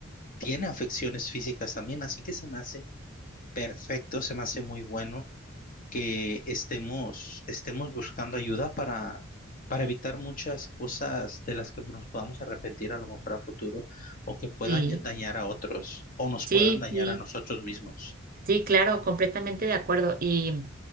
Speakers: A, on the left; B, on the right.
A: tiene afecciones físicas también, así que se me hace perfecto, se me hace muy bueno que estemos, estemos buscando ayuda para, para evitar muchas cosas de las que nos podamos arrepentir a lo mejor a futuro o que puedan
B: sí,
A: ya- dañar a otros o nos
B: sí,
A: puedan dañar
B: sí,
A: a nosotros mismos.
B: sí, claro, completamente de acuerdo. Y